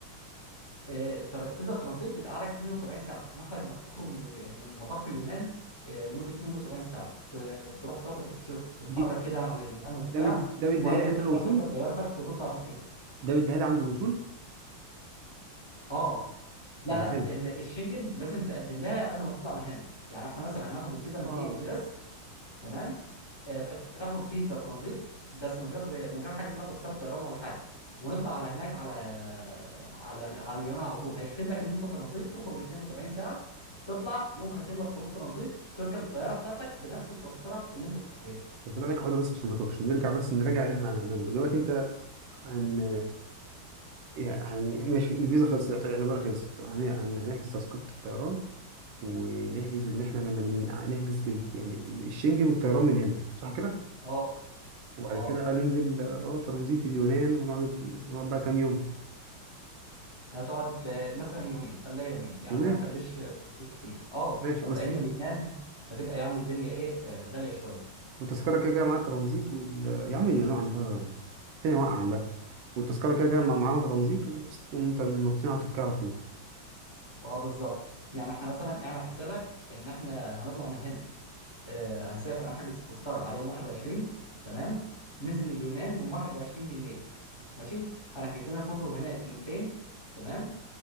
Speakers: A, on the left; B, on the right.
A: آه، الفيزا الترانزيت بتقعدك 72 ساعه تسمح لك انك تخرج من ال- من المطار في اليونان آه، لمده 72 ساعه ت- تروح تاخد تشوف تتفرج
B: دي
A: كده على اليونان وبتاع
B: ده بيد- ده بيديها
A: وبعد
B: لي عند
A: كده ترجع
B: الوصول
A: تركب طيارتك وتطلع تركيا
B: ده بيديها لي عند الوصول
A: اه لا
B: طب ما
A: لا
B: حلو
A: ال- الشنجن لازم تقدم لها قبل ما تطلع من هنا يعني احنا مثلا هناخد الفيزا من
B: اه
A: تي ال اس تمام آه، فتاخد فيزا ترانزيت بس من غير من غير حجز بقى تذكره طيران ولا حاجه ونطلع على هناك على على على اليونان على طول هيختم لك ان انت ترانزيت تخرج 72 ساعه تطلع يوم ختم لك خروج ترانزيت تركب الطياره بتاعتك بنفس التذكره اللي انت كنت حاجزها
B: طب بالله عليك اقعد بس عشان ما توهش نرجع بس نراجع اللي احنا هنعمله دلوقتي انت عن يعني ماشي الفيزا خلصت يعتبر خلصت هن- هن- هنحجز تذكرة الطيران ونحجز إن إحنا من من- نحجز ال- يعني الشنجن والطيران من هنا صح كده؟
A: اه
B: وبعد
A: اه
B: كده ننزل اه ترانزيت اليونان ونقعد نقعد بقى كام يوم
A: هتقعد آه، مثلا يومين خليها يومين يعني
B: يومين
A: ما تخليش آه، ترانزيت كتير اه
B: ماشي
A: لان
B: بس
A: اليونان هتبقى يعني الدنيا ايه آه، غاليه شويه
B: والتذكرة كده كده معاها ترانزيت وال... يا عم اليونان عندها التاني واقع عندها والتذكرة كده كده مع- معانا ترانزيت ونطين على تركيا على طول
A: اه بالظبط يعني احنا مثلا اعمل حسابك ان احنا هنطلع من هنا آه، هنسافر هنحجز التذكره على يوم 21 تمام ننزل اليونان يوم 21 بالليل ماشي هنحجز لنا فندق هناك ليلتين تمام